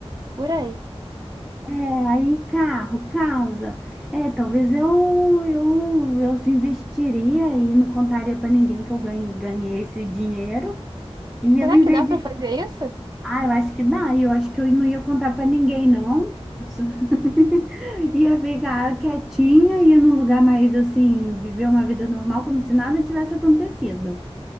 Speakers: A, on the right; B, in the centre.
A: por aí.
B: É, aí carro, casa. É, talvez eu, eu, eu investiria e não contaria para ninguém que eu ganhei, ganhei esse dinheiro e ia
A: Será
B: viver
A: que dá para
B: de.
A: fazer isso?
B: Ah, eu acho que dá. Eu acho que eu não ia contar para ninguém, não. Nossa. <laughs> Ia ficar quietinha, ia num lugar mais assim, viver uma vida normal, como se nada tivesse acontecido.